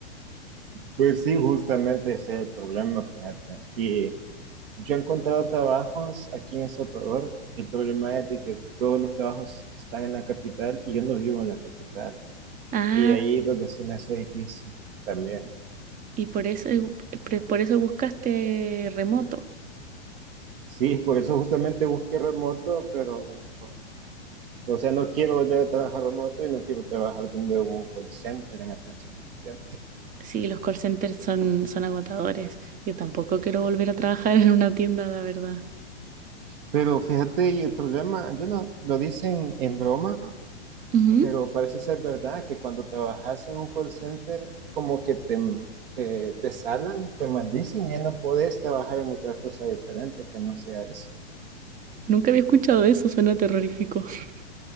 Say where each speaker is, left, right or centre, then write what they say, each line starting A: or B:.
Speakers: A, on the right; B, on the right.
A: Pues sí, justamente ese es el problema, fíjate. Y yo he encontrado trabajos aquí en El Salvador. El problema es de que todos los trabajos están en la capital y yo no vivo en la capital.
B: Ah,
A: Y ahí es donde se me hace difícil también.
B: y por eso, eh, pre- por eso buscaste remoto.
A: Sí, por eso justamente busqué remoto, pero pues, O sea, no quiero volver a trabajar remoto y no quiero trabajar teniendo un call center en atención al cliente.
B: Sí, los call centers son, son agotadores. Yo tampoco quiero volver a trabajar en una tienda, la verdad.
A: Pero fíjate, y el problema, yo no lo dicen en broma,
B: Ujú.
A: pero parece ser verdad que cuando trabajas en un call center, como que te, te, te salan, te maldicen y ya no podés trabajar en otra cosa diferente que no sea eso.
B: Nunca había escuchado eso, suena terrorífico. <laughs>